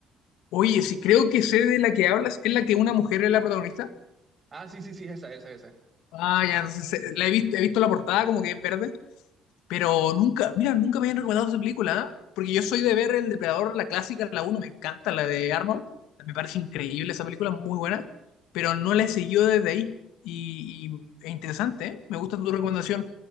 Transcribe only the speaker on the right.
Ah, sí, sí, sí, esa, esa, esa.